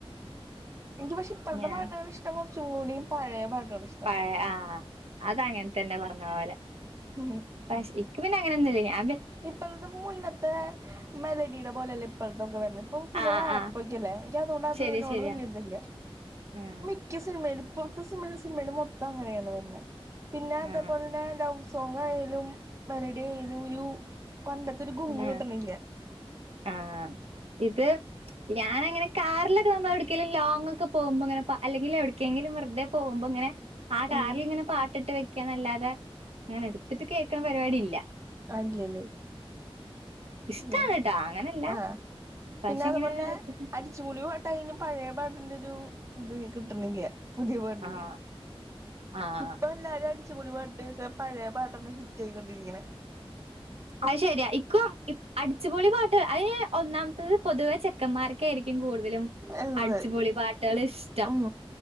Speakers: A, on the right (about 30°); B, on the right (about 80°).
A: എനിക്ക് പക്ഷെ ഇപ്പോഴത്തെ
B: ഞാൻ
A: പാട്ട്നേക്കാൾ ഇഷ്ടം കുറച്ചുകൂടി പഴയ പാട്ടുകളാണ് ഇഷ്ടം.
B: പഴയ ആ അത് അങ്ങനെതന്നെ പറഞ്ഞ പോലെ.
A: ഉം
B: പക്ഷെ ഇനക്ക് പിന്നെ അങ്ങനൊന്നുല്ല ഞാ
A: ഇപ്പഴത്തെ മുന്നത്തെ, മെലഡിയുടെ പോലെയല്ല ഇപ്പോഴതൊക്കെ വരന, ഇപ്പൊ ഫുള്
B: ആഹ്
A: റാപൊക്കെല്ലെ
B: ആഹ്
A: എനിക്ക് അതോണ്ട് അതിനോട്
B: ശരിയാ ശരിയാ.
A: വല്യ ഇതില്ല.
B: ആഹ്
A: നിക്ക് സിനിമയ്ല് ഇപ്പൊത്തെ സിനിമയില് മൊത്തം അങ്ങനെയാണ് വർണേ. പിന്നെ
B: ആഹ്
A: അതപോലെ തന്നെ ലൗ സോങ് ആയാലും മെലഡി ആയാലും ഒരു പണ്ടത്തെൊരു ഗുമ്മ്
B: ആഹ്
A: കിട്ടണില്ല.
B: ആഹ് ഇത് ഞാനങ്ങനെ കാറിലൊക്കെ നമ്മള് എ വിട്ക്കെങ്കിലും ലോങ്ങൊക്കെ പോകുമ്പോ അങ്ങനെ പ, അല്ലെങ്കില് എവിടട്ക്കെങ്കിലും വെറുതെ പോകുമ്പോ ങ്ങനെ ആ കാറിൽ
A: ഉം
B: ഇങ്ങനെ പാട്ടിട്ട് വെക്കന്നല്ലാതെ ഇങ്ങനെ എടുത്തിട്ട് കേക്കണ പരിപാടില്ല
A: ആഹ് ഇല്ലലെ
B: ഇഷ്ടാണ്
A: ഉം
B: ട്ടോ അങ്ങനല്ല.
A: ആഹ്
B: പക്ഷെ
A: പിന്നെ അതുപോലെന്നെ
B: ഇങ്ങനെ എടുത്തിട്ട്
A: അടി ചൂളി പാട്ടായാലും പഴയ പാട്ടിൻ്റെ ഒരു ഇത് കിട്ടണില്ല പുതിയ പാട്ടിന്.
B: ആഹ് ആഹ്
A: ഇപ്പൊ എല്ലാരും അടിച്ചപൊളി പാട്ട്ക്കെ പഴയ പാട്ടെന്നെ ഹിറ്റ് ആയിക്കൊണ്ടിരിക്കണേ
B: അത് ശരിയാ ഇക്കും ഇപ്പൊ അടിച്ചുപൊളി പാട്ടു അതി ഒന്നാമത്തത് പൊതുവെ ചെക്കന്മാർ ക്കായിരിക്കും കൂടുതലും
A: എന്നത്
B: അടിച്ചുപൊളി പാട്ടുകൾ ഇഷ്ടം
A: ഉം